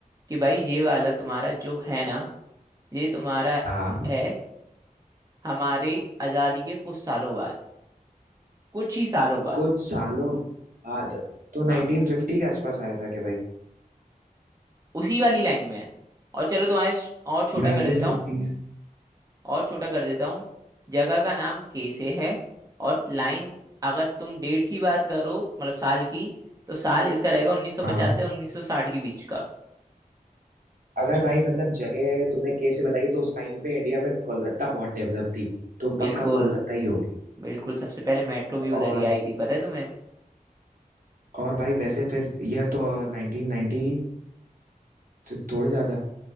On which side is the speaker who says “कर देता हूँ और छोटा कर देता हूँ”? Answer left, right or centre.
Right